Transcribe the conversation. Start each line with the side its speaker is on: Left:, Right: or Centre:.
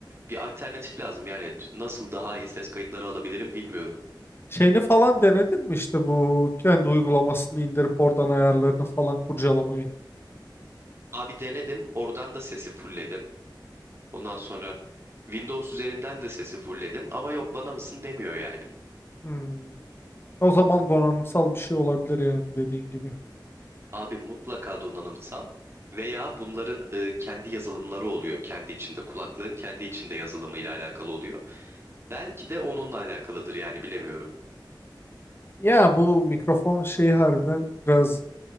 Right: bir alternatif lazım. Yani nasıl daha iyi ses kayıtları alabilirim bilmiyorum.
Left: Şeyini falan denedin mi işte bu kendi uygulamasını indirip oradan ayarlarını falan kurcalamayı?
Right: Abi denedim, oradan da sesi fullledim. Ondan sonra Windows üzerinden de sesi fullledim ama yok bana mısın demiyor yani.
Left: Hmm. O zaman donanımsal bir şey olabilir yani dediğin gibi.
Right: Abi mutlaka donanımsal veya bunların e, kendi yazılımları oluyor. Kendi içinde kulaklığın kendi içinde yazılımıyla alakalı oluyor. Belki de onunla alakalıdır yani bilemiyorum.
Left: Ya bu mikrofon şeyi harbiden biraz